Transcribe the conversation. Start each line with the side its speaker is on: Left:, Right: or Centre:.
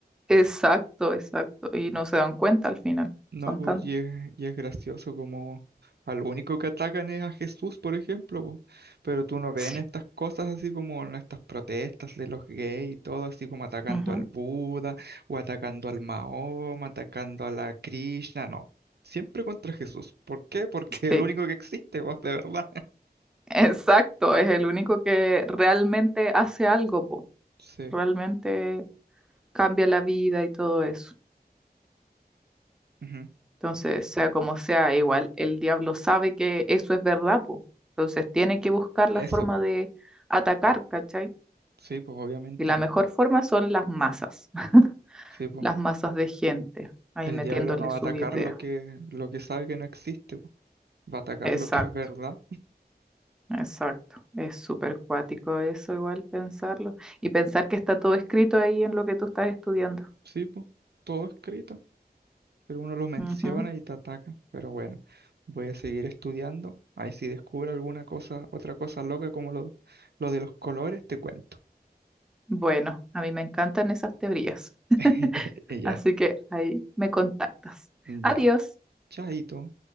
Centre: Exacto, exacto. Y no se dan cuenta al final.
Right: No,
Centre: Son
Right: pues
Centre: tan...
Right: y es, y es gracioso como al único que atacan es a Jesús, por ejemplo, po. Pero tú no ves
Centre: Sí.
Right: en estas cosas así como en estas protestas de los gays y todo, así como atacando
Centre: ujú,
Right: al Buda o atacando al Mahoma, atacando a la Krishna, no. Siempre contra Jesús. ¿Por qué? Porque es
Centre: Sí,
Right: el único que existe, pues, de verdad.
Centre: exacto. Es el único que realmente hace algo, po.
Right: Sí.
Centre: Realmente cambia la vida y todo eso.
Right: ujú.
Centre: Entonces, sea como sea, igual el diablo sabe que eso es verdad, po. Entonces tiene que buscar la
Right: Eso,
Centre: forma
Right: po.
Centre: de atacar, ¿cachai?
Right: Sí, pues obviamente.
Centre: Y la mejor forma son las masas, <laughs>
Right: Sí, pues.
Centre: las masas de gente, ahí
Right: El
Centre: metiéndole
Right: diablo no va
Centre: sus
Right: a atacar
Centre: ideas.
Right: lo que, lo que sabe que no existe, po. Va a atacar
Centre: Exacto.
Right: lo que es verdad.
Centre: Exacto, es súper cuático eso igual pensarlo y pensar que está todo escrito ahí en lo que tú estás estudiando.
Right: Sí, pues. Todo escrito. pero uno lo menciona
Centre: Ujú.
Right: y te ataca. Pero bueno, voy a seguir estudiando. Ahí si descubro alguna cosa, otra cosa loca como lo, lo de los colores, te cuento.
Centre: Bueno, a mí me encantan esas teorías, <laughs>
Right: <laughs> Y ya,
Centre: así que ahí me contactas.
Right: ya.
Centre: Adiós.
Right: Chaito.